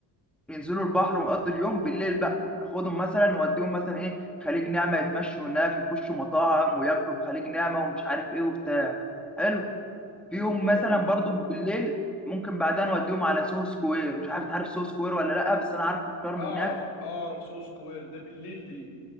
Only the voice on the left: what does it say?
مم،
فكرة
جميلة
أعرف
أعرف سو سكوير ده بالليل دي